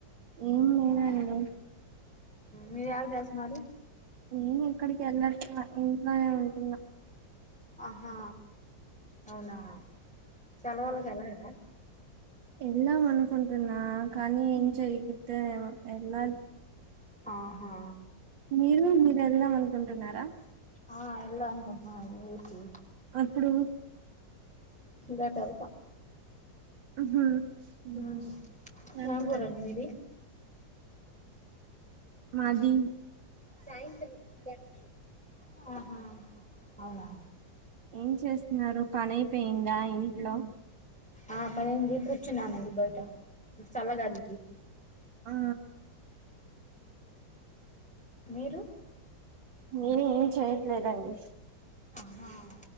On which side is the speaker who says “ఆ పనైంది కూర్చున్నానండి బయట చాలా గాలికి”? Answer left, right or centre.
Centre